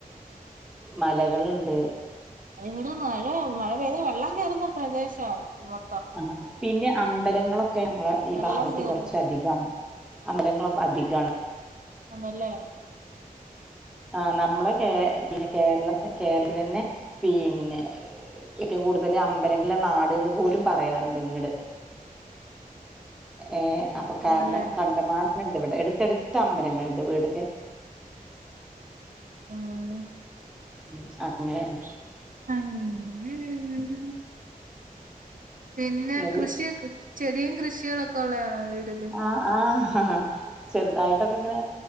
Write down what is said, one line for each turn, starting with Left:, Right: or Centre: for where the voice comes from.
Centre: മലകളിണ്ട്
Right: ഇവിടെ മഴ മഴ പെയ്ത വെള്ളം കേറുന്ന പ്രദേശാ മൊത്തം.
Centre: ആഹ് പിന്നെ അമ്പലങ്ങളൊക്കെ ഞങ്ങളെ ഈ
Right: വെള്ളം
Centre: ഭാഗത്ത്
Right: കേറി
Centre: കുറച്ച് അധികാണ്. അമ്പലങ്ങളൊക്കെ അധികാണ്
Right: ആണല്ലേ?
Centre: ആഹ് നമ്മളെ കേ കേര പിന്നെ കേരള കേരളത്തി തന്നെ പിന്നെ? ഏറ്റവും കൂടുതല് അമ്പലങ്ങള് ള്ളനാട്ന്ന് പോലും പറയാറുണ്ട് ഇങ്ങട് ഏഹ് കാരണം
Right: ഉണ്ടല്ലേ
Centre: കണ്ടമാന്ണ്ട് ഇവിടെ എടുത്തെടുത്ത് അമ്പലങ്ങളുണ്ട് വീടിന്റെ
Right: ആയീ.
Centre: ഉം അങ്ങനെണ്
Right: അങ്ങ് പിന്നെ
Centre: ന്നത്
Right: കൃഷിയൊക്കെ ചെടിയും കൃഷികളൊക്കെ ഉള്ളയാണോ വീടില്?
Centre: ആഹ് ആഹ ആഹ്. ചെറുതായിട്ടൊക്കെ ഇങ്ങനെ